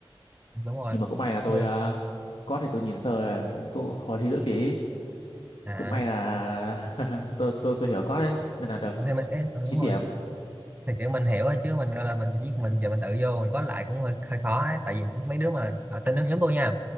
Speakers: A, on the right (about 20°); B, on the left (about 70°).
A: đúng rồi
B: Nhưng mà cũng may là tôi
A: như
B: ờ, code thì tôi nhìn sơ là cô- hồi thi giữa kỳ ấy,
A: à
B: cũng may là <laughs> tôi tôi tôi hiểu có đấy, nên là được
A: Ờ, thì mình ê, ờ,
B: 9
A: đúng rồi
B: điểm
A: thì kiểu mình hiểu rồi chứ mình gọi là mình viết mình giờ mình tự vô mình có lại cũng hơi hơi khó ấy tại vì mấy đứa mà ở tên nhóm tôi nha